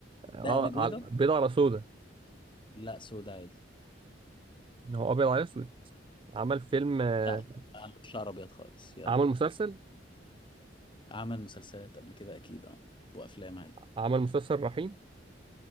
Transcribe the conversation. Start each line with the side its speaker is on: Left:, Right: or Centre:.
Right: آه
Left: دقن بيضة
Right: على- بيضة على سودا
Left: لا سودا عادي
Right: هو أبيض على أسود عمل فيلم آه،
Left: لا ما عندوش شعر أبيض خالص يلا
Right: عمل مسلسل
Left: عمل مسلسلات قبل كده أكيد اه وأفلام عادي
Right: عمل مسلسل رحيم